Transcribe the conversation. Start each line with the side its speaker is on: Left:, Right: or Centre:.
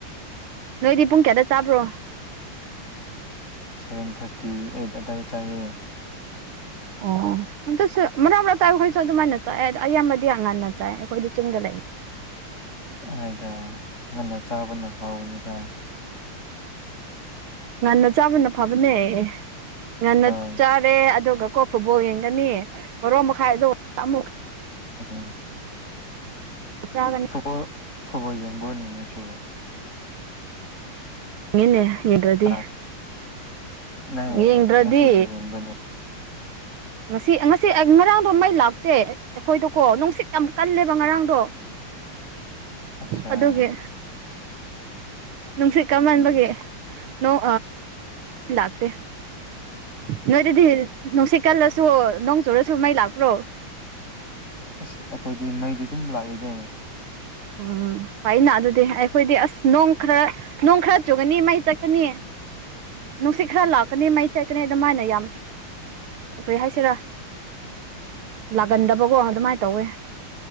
Right: ꯅꯣꯏꯗꯤ ꯄꯨꯡ ꯀꯌꯥꯗ ꯆꯥꯕ꯭ꯔꯣ
Left: ꯁꯚꯦꯟ ꯊꯥꯔꯇꯤ ꯑꯩꯠ ꯑꯗꯥꯏꯗ ꯆꯥꯏꯌꯦ <inaudible>
Right: ꯑꯣ ꯑꯗꯨꯁꯨ ꯃꯔꯛ ꯃꯔꯛꯇꯥ ꯑꯩꯈꯣꯏꯁꯨ ꯑꯗꯨꯃꯥꯏꯅ ꯆꯥꯏꯌꯦ ꯑꯗ ꯑꯌꯥꯝꯕꯗꯤ ꯉꯟꯅ ꯆꯥꯏ ꯑꯩꯈꯣꯏꯗꯤ ꯆꯤꯡꯗ ꯂꯩꯕ
Left: ꯑꯩꯗ ꯉꯟꯅ ꯆꯥꯕꯅ ꯍꯥꯎꯅꯤꯗ
Right: ꯉꯟꯅ ꯆꯥꯕꯅ ꯐꯕꯅꯦ ꯉꯟꯅ
Left: ꯍꯣꯏ
Right: ꯆꯥꯔꯦ ꯑꯗꯨꯒ ꯀꯣ ꯐꯨꯠꯕꯣꯜ ꯌꯦꯡꯒꯅꯤ ꯚꯥꯔꯣ ꯃꯈꯥꯏꯗꯣ ꯑꯃꯨꯛ
Left: ꯑ
Right: ꯆꯥꯒꯅꯤ
Left: ꯐꯨꯠꯕꯣꯜ ꯐꯨꯠꯕꯣꯜ ꯌꯦꯡꯕꯨꯔꯅꯦ ꯅꯣꯏꯁꯨ
Right: ꯃꯤꯅꯦ ꯌꯦꯡꯗ꯭ꯔꯗꯤ
Left: ꯑꯥ ꯅꯪ
Right: ꯌꯦꯡꯗ꯭ꯔꯗꯤ
Left: ꯉꯁꯤꯒꯤ ꯌꯦꯡꯕꯅꯤ
Right: ꯉꯁꯤ ꯉꯁꯤ ꯉꯔꯥꯡꯗꯣ ꯃꯩ ꯂꯥꯛꯇꯦ ꯑꯩꯈꯣꯏꯗꯀꯣ ꯅꯨꯡꯁꯤꯠ ꯌꯥꯝ ꯀꯜꯂꯦꯕ ꯉꯔꯥꯡꯗꯣ
Left: <inaudible> ꯑꯠꯆꯥ
Right: ꯑꯗꯨꯒꯤ
Left: ꯑ
Right: ꯅꯨꯡꯁꯤꯠ ꯀꯟꯃꯟꯕꯒꯤ ꯃꯩ ꯂꯥꯛꯇꯦ ꯅꯣꯏꯗꯗꯤ ꯅꯨꯡꯁꯤꯠ ꯀꯜꯂꯁꯨ ꯅꯣꯡ ꯆꯨꯔꯁꯨ ꯃꯩ ꯂꯥꯛꯄ꯭ꯔꯣ
Left: ꯑꯁ ꯑꯩꯈꯣꯏꯗꯤ ꯃꯩꯗꯤ ꯑꯗꯨꯝ ꯂꯥꯛꯑꯦꯅꯦ
Right: ꯎꯝ ꯐꯩꯅ ꯑꯗꯨꯗꯤ ꯑꯩꯈꯣꯏꯗꯤ ꯑꯁ ꯅꯣꯡ ꯈꯔ ꯅꯣꯡ ꯈꯔ ꯆꯨꯒꯅꯤ ꯃꯩ ꯇꯠꯀꯅꯤ ꯅꯨꯡꯁꯤꯠ ꯈꯔ ꯂꯥꯛꯀꯅꯤ ꯃꯩ ꯆꯠꯀꯅꯤ ꯑꯗꯨꯃꯥꯏꯅ ꯌꯥꯝ ꯀꯔꯤ ꯍꯥꯏꯁꯤꯔꯥ ꯂꯥꯛꯒꯟꯗꯕꯀꯣ ꯑꯗꯨꯃꯥꯏꯅ ꯇꯧꯋꯦ